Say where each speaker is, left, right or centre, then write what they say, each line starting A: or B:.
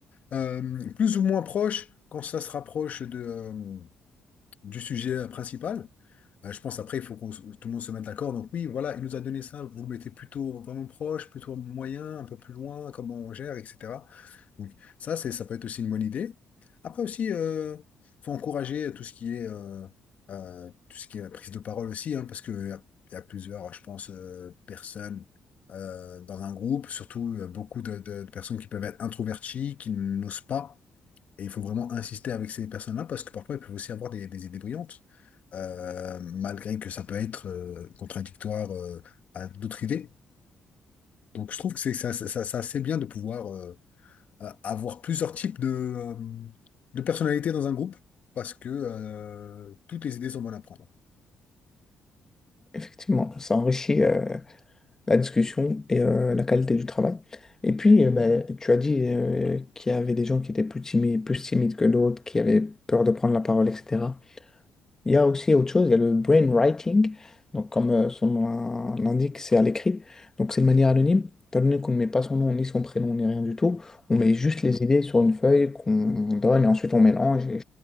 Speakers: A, on the left; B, on the left.
A: Euh, plus ou moins proche, quand ça se rapproche de, euh, du sujet principal. Euh, je pense après, il faut qu'on se- tout le monde se mette d'accord. Donc oui, voilà, il nous a donné ça. Vous le mettez plutôt vraiment proche, plutôt moyen, un peu plus loin, comment on gère, etc. Donc, ça, c'est, ça peut être aussi une bonne idée. Après aussi, euh, faut encourager tout ce qui est, euh, euh, tout ce qui est la prise de parole aussi, hein, parce qu'il y a, il y a plusieurs, je pense, euh, personnes euh, dans un groupe, surtout euh, beaucoup de, de- de personnes qui peuvent être introverties, qui n'osent pas. Et il faut vraiment insister avec ces personnes-là, parce que parfois, elles peuvent aussi avoir des, des idées brillantes, euh, malgré que ça peut être euh, contradictoire euh, à d'autres idées. Donc, je trouve que c'est ça, ça, ça- ça, c'est bien de pouvoir... euh, euh, avoir plusieurs types de, euh, de personnalités dans un groupe parce que euh, toutes les idées sont bonnes à prendre.
B: effectivement, ça enrichit euh, la discussion et euh, la qualité du travail. Et puis, euh, ben, tu as dit euh, qu'il y avait des gens qui étaient plus timides, plus timides que d'autres, qui avaient peur de prendre la parole, etc. Il y a aussi autre chose, il y a le brainwriting. Donc, comme euh, son nom l'indique, c'est à l'écrit. Donc, c'est de manière anonyme. Étant donné qu'on ne met pas son nom, ni son prénom, ni rien du tout, on
A: Mm.
B: met juste les idées sur une feuille qu'on donne et ensuite on mélange et,